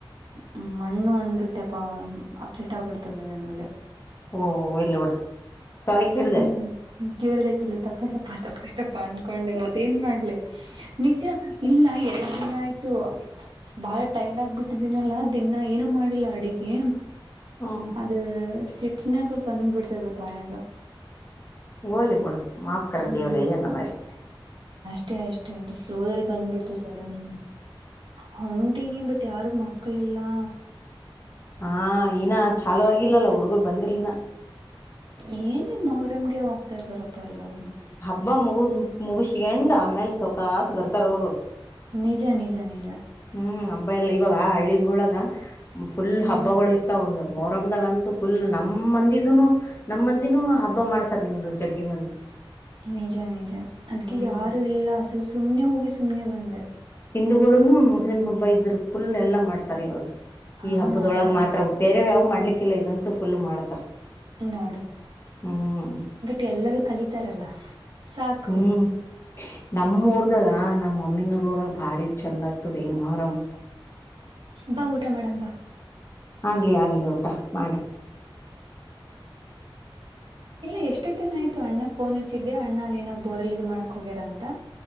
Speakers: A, on the right; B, on the left.
A: ಹ್ಮ್ ಮಣ್ಣು ಅಂದ್ಬಿಟ್ಟಪ ಅಪ್ಸೆಟ್ ಆಗ್ಬಿಡ್ತ ಮತ್ತಮ್ಮ <unintelligible> ನನ್ ಮೇಲೆ
B: ಓ ಇರ್ಲಿ ಬಿಡು ಸಾರಿ ಕೇಳಿದೆಲ್ಲ
A: ಹ್ಮ್ ಕೇಳ್ದ ಕೇಳ ತಪ್ಪ ತಪ್ಪ ತಪ್ಪ ತಪ್ಪ ಅನ್ಕೊಂಡೆ ಮತ್ತ ಏನ್ ಮಾಡ್ಲಿ ನಿಜ ಇಲ್ಲ ಎ ಎನ ಆಯ್ತು <unintelligible> ಬಾಳ ಟೈರ್ಡ್ ಆಗ್ಬಿಟ್ಟಿದ್ದೀನಲ್ಲಾ ದಿನಾ ಏನು ಮಾಡಿಲ್ಲ ಅಡಿಗೆ
B: ಹ್ಮ್
A: ಅದು ಚೆಟ್ನಾಗ <unintelligible> ಬಂದ್ಬಿಡ್ತದ ಬಾಯಾಗ
B: ಹೋಗ್ಲಿಬಿಡು ಮಾಫ್ ಕರೋ
A: ಹ್ಮ್
B: ದೇವ್ರೇ ಅನ್ನದ ಅಷ್ಟನೆ
A: ಅಷ್ಟೇ ಅಷ್ಟೇ ಅ ಫ್ಲೋ ಅಲ್ಲಿ ಬಂದ್ಬಿಡ್ತು ಸಡನ್ ಹೊಂಟಿನಿ <unintelligible> ಬಿಟ್ಟ ಯಾರು ಮಕ್ಕಳ ಎಲ್ಲಾ
B: ಹಾ ನ ಚಾಲು ಆಗಿಲ್ಲಲ್ಲ ಹುಡುಗರ್ ಬಂದಿಲ್ನ
A: ಏನ್ ಮೊಹರಮ್ಗೆ ಹೋಗ್ತಾ ಇದ್ದಾರಪ್ಪ ಎಲ್ಲಾರು
B: ಹಬ್ಬ ಮುಗು <unintelligible> ಮುಗಿಸಿಸಿ ಎಂಡ್ <unintelligible> ಆಮೇಲೆ ಸೊಕಾಸ್ ಬರ್ತಾರ ಅವರು
A: ನಿಜ ನಿಜ ನಿಜ
B: ಹ್ಮ್ ಹಬ್ಬ ಎಲ್ಲಾ ಇವಾಗ ಹಳ್ಳ <unintelligible> ಫುಲ್
A: ಹ್ಮ್
B: ಹಬ್ಬಗಳು ಇರ್ತಾವ ಮೊರಮ್ದಾಗ ಅಂತು ಫುಲ್ ನಮ್ಮ ಮಂದಿದುನು ನಮ್ಮ ಮಂದಿನೂ ಹಬ್ಬ ಮಾಡ್ತಾರ ನಿಮ್ದು ಜಗ್ಗಿ ಮಂದಿ
A: ನಿಜ ನಿಜ ಅದ್ಕ
B: ಹ್ಮ್
A: ಯಾರು ಇಲ್ಲ ಅಸಲ್ ಸುಮ್ನೆ ಹೋಗಿ ಸುಮನೆ ಬಂದೆ
B: ಹಿಂದೂ ನು ಮುಸ್ಲಿಮ್ ಹಬ್ಬ ಇದ್ ಫುಲ್ ಎಲ್ಲ ಮಾಡ್ತಾರೆ ಇವಾಗ
A: ಹಾ
B: ಈ ಹಬ್ಬದೊಳಗೆ
A: ಅಲ್ಲ
B: ಮಾತ್ರ ಬೇರೆ ನೀವ್ <unintelligible> ಯಾವ್ ಮಾಡ್ಲಿಕ್ಕಿಲ್ಲ ಇದಂತೂ ಫುಲ್ ಮಾಡ್ತಾರ
A: ನೋಡು
B: ಹ್ಮ್
A: ಬಟ್ ಎಲ್ಲರೂ ಕಲಿತಾರಲ್ಲ ಸಾಕು
B: ಹ್ಮ್
A: ಹ್ಮ್
B: ನಮ್ಮೂರ್ದಾಗಾ ನಮ್ಮ ಮಮ್ಮಿನೂರು ಊರಾಗ ಭಾರಿ ಚಂದ್ ಆಗ್ತದೆ ಮೊಹರಂ
A: ಬಾ ಊಟ ಮಾಡಮ್ ಬಾ
B: ಆಗ್ಲಿ ಆಗ್ಲಿ ಊಟ ಮಾಡು
A: ಇಲ್ಲ ಎಷ್ಟೋತ್ತಿನ ಆಯ್ತು ಅಣ್ಣ ಫೋನ್ ಹಚ್ಚಿ ಇಗೆ <unintelligible> ಅಣ್ಣಾ ಅಲ್ಲಿನೋ ಬೋರಲ್ಲಿ ಇದು ಮಾಡ ಹೋಗ್ಯಾರಂತ